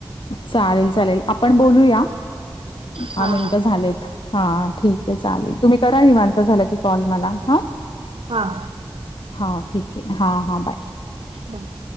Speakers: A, on the left (about 65°); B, on the right (about 85°).
A: चालेल चालेल आपण बोलूया
B: हा
A: हहा
B: हा
A: मिनटं झालेत. हा ठीक आहे चालेल तुम्ही करा निवांत झालं की कॉल मला हा
B: हा
A: हा ठीक आहे हा हा बाय.
B: राख.